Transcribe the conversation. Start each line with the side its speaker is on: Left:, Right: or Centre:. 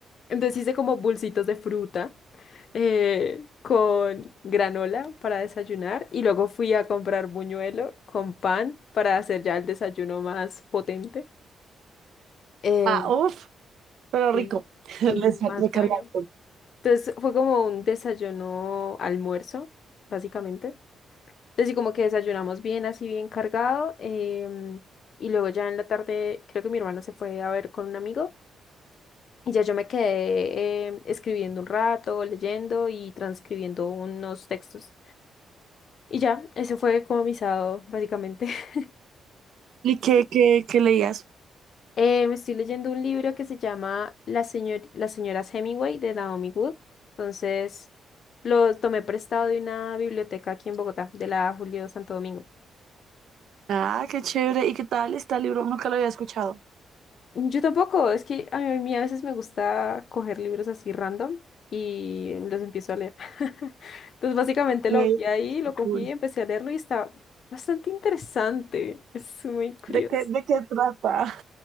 Left: entonces hice como bolsitos de fruta eh, con granola para desayunar y luego fui a comprar buñuelo con pan para hacer ya el desayuno más potente. Eh,
Right: ah, uf, pero
Left: sí,
Right: rico. <laughs>
Left: sí,
Right: Les-
Left: más
Right: Recargado.
Left: bueno. Entonces fue como un desayuno almuerzo, básicamente. Entonces, sí, como que desayunamos bien, así bien cargado. em, y luego ya en la tarde, creo que mi hermana se fue a ver con un amigo. Y ya yo me quedé em, escribiendo un rato, leyendo y transcribiendo unos textos. Y ya, ese fue como mi sábado, básicamente. <laughs>
Right: ¿Y qué, qué, qué leías?
Left: Eh, me estoy leyendo un libro que se llama La señor Las señoras Hemingway de Naomi Wood. Entonces, lo tomé prestado de una biblioteca aquí en Bogotá, de la Julio Santo Domingo.
Right: Ah, qué chévere. ¿Y qué tal este libro? Nunca lo había escuchado.
Left: Yo tampoco, es que a mí a veces me gusta coger libros así random y los empiezo a leer. <laughs> Entonces básicamente lo
Right: Qué
Left: vi ahí, lo cogí,
Right: cool.
Left: empecé a leerlo y está bastante interesante. Es muy curioso.
Right: ¿De qué, de qué trata?